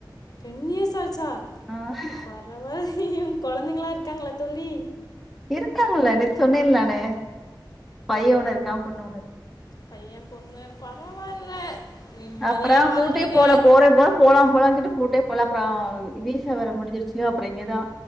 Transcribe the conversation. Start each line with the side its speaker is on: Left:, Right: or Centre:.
Left: டென் இயர்ஸ் ஆச்சா
Centre: ஆஹ்
Left: பரவல்லியே ஒங் கொழந்தைங்ளா இருக்காங்ளா தோழி
Centre: இருக்காங்ளே நேத் சொன்னேல் நானு பைய ஒன்னு இருக்கா பொண்ணு ஒன்னு இருக்
Left: பைய பொண்ணு பரவால்ல நிம்மதியா
Centre: அப்பற
Left: வாழ்றீங்க
Centre: கூட்டி போல போறே போற் போலா போலான் சொல்ட்டு கூட்டே போல அப்றோ வீசா வேற முடிஞ்சிருச்சு அப்றோ இங்கேதா